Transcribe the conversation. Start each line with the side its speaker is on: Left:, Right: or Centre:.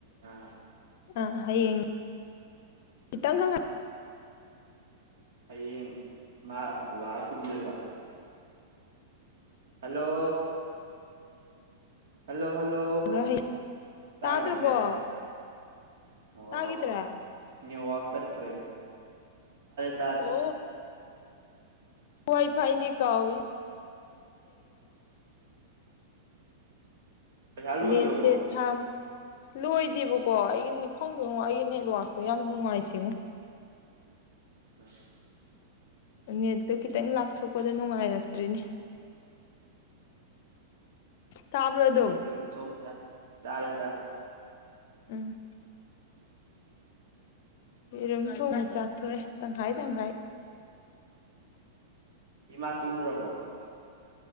Right: ꯑꯥ
Left: ꯑ ꯍꯌꯦꯡ ꯈꯤꯇꯡꯈꯛ
Right: ꯍꯌꯦꯡ ꯃꯥ ꯕꯕꯥ ꯀꯨꯝꯗꯣꯏꯕ ꯍꯜꯂꯣ ꯍꯜꯂꯣ ꯍꯜꯂꯣ
Left: ꯉꯥꯏꯔꯒ
Right: ꯇꯥꯒꯗ꯭ꯔꯦ
Left: ꯇꯥꯗ꯭ꯔꯕꯣ
Right: ꯑꯣ
Left: ꯇꯥꯈꯤꯗ꯭ꯔꯦ
Right: ꯅ ꯋꯥ꯭ꯔꯦ ꯇꯔꯦ ꯇꯔꯦ
Left: ꯑꯣ ꯋꯥꯏ ꯐꯥꯏꯅꯤ ꯀꯥꯎ
Right: ꯄꯩꯁꯥ ꯂꯣꯏꯈ꯭ꯔꯕꯣ
Left: ꯅꯦꯁꯦ ꯊ ꯂꯣꯏꯗꯦꯕꯀꯣ ꯑꯩꯅꯤ ꯈꯪꯗꯦꯉꯣ ꯑꯩꯒꯤ ꯅꯦꯠꯋꯥꯛꯇꯣ ꯌꯥꯝ ꯅꯨꯡꯉꯥꯏꯇꯦꯉꯣ
Right: ꯍꯣꯏ
Left: ꯅꯦꯠꯇꯣ ꯈꯤꯇꯪ ꯂꯥꯞꯊꯣꯛꯄꯗ ꯅꯨꯡꯉꯥꯏꯔꯛꯇ꯭ꯔꯤꯅꯦ ꯇꯥꯕ꯭ꯔꯗ
Right: ꯌꯨꯝ ꯊꯣꯡ ꯆ ꯇꯥꯔꯦ ꯇꯥꯏ
Left: ꯎꯝ ꯔꯝ ꯊꯣꯡ ꯆꯊꯣꯏꯦ ꯇꯪꯍꯥꯏ ꯇꯪꯍꯥꯏ
Right: ꯍꯤꯃꯥ ꯇꯨꯡ꯭ꯔꯔꯕꯣ